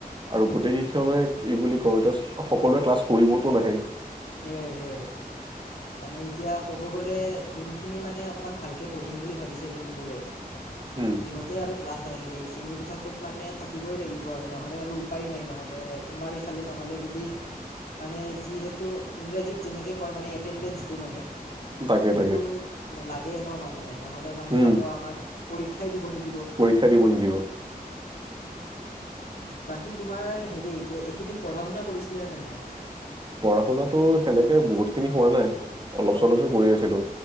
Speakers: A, on the right (about 30°); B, on the left (about 80°).
A: আৰু গোটেই কেইখনে কি বুলি কয় সকলোৱে ক্লাছ কৰিবতো নাহে।
B: সেইয়াই সেয়াই। মানে এতিয়া ক'ব গ'লে যোনখিনি মানে অকমান ভালকে পঢ়িম বুলি ভাবিছে যোনবোৰে
A: উম
B: সিহঁতে আৰু ক্লাছ হেৰি শ্ৰেণী কোঠাটোত মানে থাকিবই লাগিব আৰু নহ'লে আৰু উপায়েই নাই নহ'লে তোমাৰ এইফালে নহয়। হ'লে যদি মানে যিহেতু ইংৰাজীত যেনেকে কৈ মানে এটেটো মানে
A: তাকে
B: সেইটো
A: তাকে
B: মানে নহ'লে মানে
A: উম
B: আকৌ আমাক পৰীক্ষাই দিব নিদিয়ে।
A: পৰীক্ষা দিব নিদিব।
B: বাকী তোমাৰ হেৰি এইকেইদিন পঢ়া-শুনা কৰিছিলে নে নাই?
A: পঢ়া শুনাতো সেনেকে বহুত খিনি হোৱা নাই। অলপ
B: হয়
A: চলপে
B: হয়
A: কৰি আছিলো